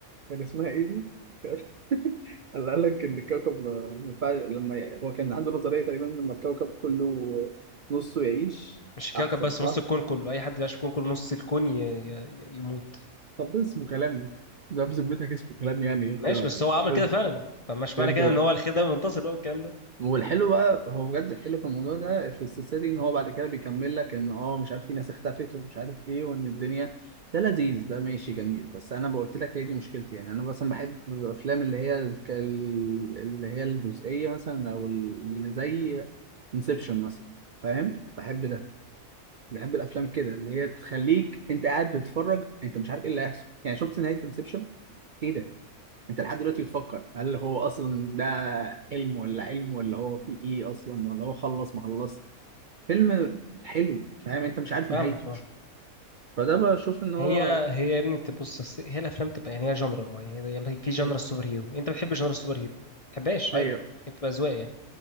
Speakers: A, on the right; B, on the left.
A: كان اسمها ايه دي؟ كان- <laughs> اللي قال لك ان الكوكب آه، ما ينفعش لما يعني هو كان عنده نظريه تقريبا لما الكوكب كله نصه يعيش
B: مش الكوكب
A: احسن
B: بس
A: صح؟
B: نص الكون كله اي حد بيعيش في الكون كله نص الكون ي... ي... ي- يموت
A: طب ده اسمه كلام ده بذمتك اسمه كلام يعني
B: ماشي بس هو عمل
A: يرضي
B: كده فعلا فمش معنى
A: يرضي
B: كده ان هو الخير ده بينتصر بقى والكلام ده
A: والحلو بقى هو بجد الحلو في الموضوع ده في السلسله دي ان هو بعد كده بيكمل لك ان اه مش عارف في ناس اختفت ومش عارف ايه وان الدنيا ده لذيذ ده ماشي جميل بس انا قلت لك هي دي مشكلتي يعني انا مثلا بحب الافلام اللي هي الك- اللي هي الجزئيه مثلا او اللي زي انسبشن مثلا فاهم بحب ده بحب الافلام كده اللي هي تخليك انت قاعد بتتفرج انت مش عارف ايه اللي هيحصل يعني شفت نهايه انسبشن ايه ده انت لحد دلوقتي بتفكر هل هو اصلا ده حلم ولا علم ولا هو في ايه اصلا ولا هو خلص ما خلص فيلم حلو فاهم انت مش عارف
B: فاهمك
A: نهايته
B: اه
A: فده بشوف ان هو
B: هي هي يا ابني تبص أصل هي الافلام تبقى يعني هي جنرا معينه يعني في جنرا
A: إيه-
B: السوبر هيرو انت بتحب جنرا السوبر هيرو ما بتحبهاش عادي
A: ايوه
B: هي بتبقى اذواق يعني